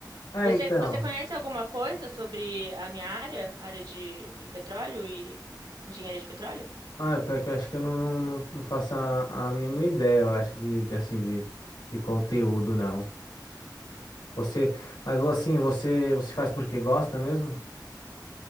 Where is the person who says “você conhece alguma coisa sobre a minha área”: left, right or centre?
Right